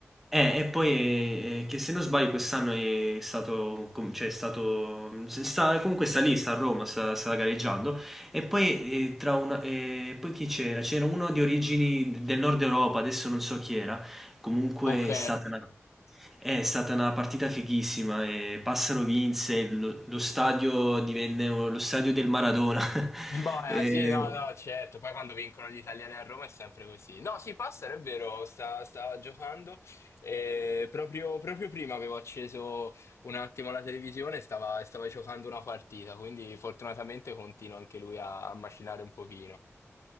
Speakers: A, in the centre; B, on the left.
A: eh, e poi, ehm, che se non sbaglio quest'anno è stato com cioè è stato s sta comunque sta lì, sta a Roma, sta sta gareggiando e poi, ehm, tra una ehm, poi chi c'era? C'era uno di origini d del Nord Europa, adesso non so chi era, comunque
B: Ok.
A: è stata una eh, è stata una partita fighissima e Passaro vinse, lo lo stadio divenne o lo stadio del Maradona. <laughs>
B: Boh, eh,
A: Ehm,
B: sì, no, no, certo. Poi quando vincono gli italiani a Roma è sempre così. No, sì, Passaro è vero, sta- stava giocando. e proprio, proprio prima avevo acceso un attimo la televisione e stava, stava giocando una partita, quindi fortunatamente continua anche lui a, a macinare un pochino.